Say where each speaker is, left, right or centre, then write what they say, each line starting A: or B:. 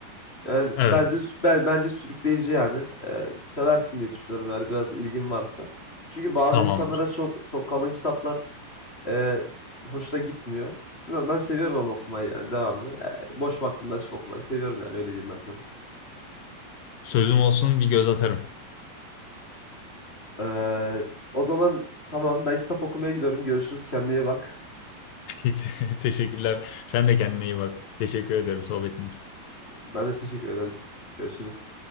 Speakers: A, on the left; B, on the left.
A: Yani
B: Evet,
A: bence ben, bence sürükleyici yani. Ee, seversin diye düşünüyorum eğer biraz ilgin varsa. Çünkü bazı
B: tamamdır.
A: insanlara çok çok kalın kitaplar e, hoşuna gitmiyor. Bilmiyorum, ben seviyorum ama okumayı yani devamlı. Ee, boş vaktimde açıp okumayı seviyorum yani öyle diyeyim ben sana.
B: Sözüm olsun bir göz atarım.
A: Ee, o zaman tamam ben kitap okumaya gidiyorum. Görüşürüz kendine iyi bak.
B: <laughs> Teşekkürler. Sen de kendine iyi bak. Teşekkür ederim sohbetin için.
A: Ben de teşekkür ederim. Görüşürüz.